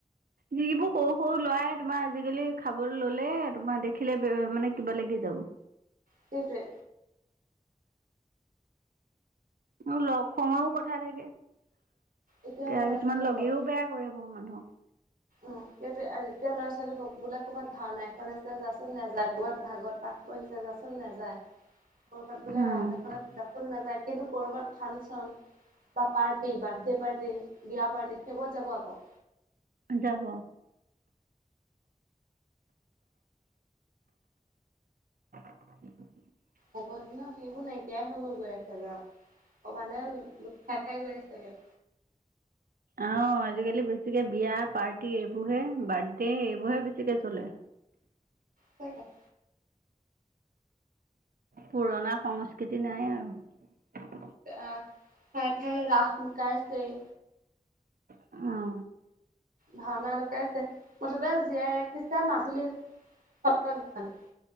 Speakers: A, on the right (about 85°); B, on the right (about 70°).
A: যিবোৰ সৰু সৰু লৰাই তোমাৰ আজিকালি খাব ললে তোমাৰ দেখিলে মানে, কিবা লাগি যাব
B: সেইটোৱে
A: মোৰ লগ সংগ কথা থাকে। এতিয়া
B: এতিয়া ল'ৰা
A: কিছুমান
B: ছোৱালী
A: লগেও
B: কক
A: বেয়া কৰিব মানুহক
B: উম সেই এতিয়া ল'ৰা ছোৱালী বোলে ক'ৰবাত ভাওনা এখন আ যাচোন নাযায় ক'ৰবাত ভাগত প বহি য যাচোন নেযায় ক'ৰবাত বোলে
A: উম
B: ৰাস এখনত‌ জাচোন নাযায়, কিন্তু ক'ৰবাত ফানচন বা পাৰ্টি বাৰ্থডে পাৰ্টি বিয়া পাৰ্টি সেইবোৰত যাব আকৌ
A: যাব <inaudible>
B: আগৰ দিনৰ সেইবোৰ নাইকিয়াই হৈ গ গৈ আছ যা অ মানে ল খাই খাই গৈ আছেগে
A: আহ আজিকালি বেছিকে বিয়া পাৰ্টি এইবোৰহে বাৰ্থডে এইবোৰে বেছিকে চলে
B: হয় হয়
A: পুৰণা সংস্কৃতি নাই আৰু
B: আহ খ থে ৰাখ নকাইছে <unintelligible>
A: অ
B: ভাওনা লুকাইছে মুঠতে জীয়াই ৰাখিছে মাজুলী সত্ৰকেইখনে